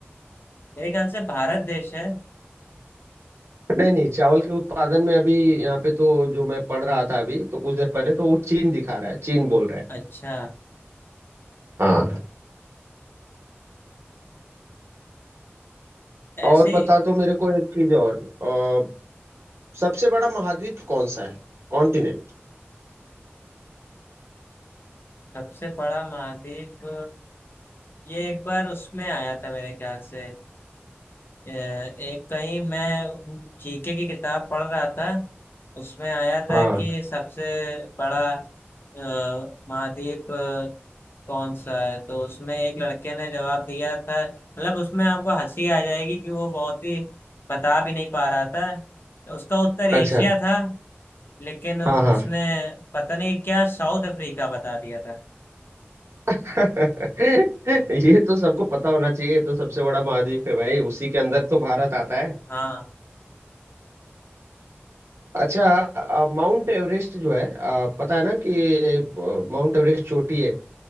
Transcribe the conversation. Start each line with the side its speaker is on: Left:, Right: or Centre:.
Left: मेरे ख्याल से भारत देश है
Right: नहीं नहीं चावल के उत्पादन में अभी यहाँ पे तो जो मैं पढ़ रहा था अभी तो कुछ देर पहले तो वो चीन दिखा रहा है चीन बोल रहा है
Left: अच्छा
Right: हाँ
Left: ऐसी
Right: और बता दो मेरे को एक चीज और अ, सबसे बड़ा महाद्वीप कौन सा है कॉन्टिनेंट
Left: सबसे बड़ा महाद्वीप ये एक बार उसमें आया था मेरे ख्याल से अ, एक कहीं मैं जीके की किताब पढ़ रहा था उसमें आया था
Right: हाँ
Left: कि सबसे बड़ा अ, महाद्वीप अ, कौन सा है तो उसमें एक लड़के ने जवाब दिया था मतलब उसमें आपको हंसी आ जाएगी कि वो बहुत ही बता भी नहीं पा रहा था तो उसका उत्तर एशिया
Right: अच्छा
Left: था लेकिन उसने
Right: हाँ हाँ
Left: पता नहीं क्या साउथ अफ्रीका बता दिया था
Right: <laughs> ये
Left: हाँ
Right: तो सबको पता होना चाहिए ये तो सबसे बड़ा महाद्वीप है भाई उसी के अंदर तो भारत आता है
Left: हाँ
Right: अच्छा अ, माउंट एवरेस्ट जो है अ, पता है ना कि अ, माउंट एवरेस्ट चोटी है